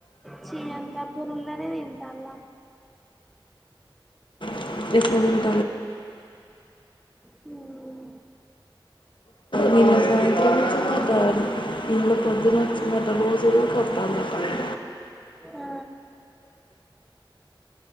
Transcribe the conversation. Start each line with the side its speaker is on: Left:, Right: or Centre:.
Centre: చి అంత పురుగులనే తిన్ అంతలా
Left: ఇట్లఉంది
Centre: హమ్
Left: నిన్న సాయంత్రం వోచింద గాలి పొద్దునచ్చున్నట రోజు ఊకొస్తాందట
Centre: ఆ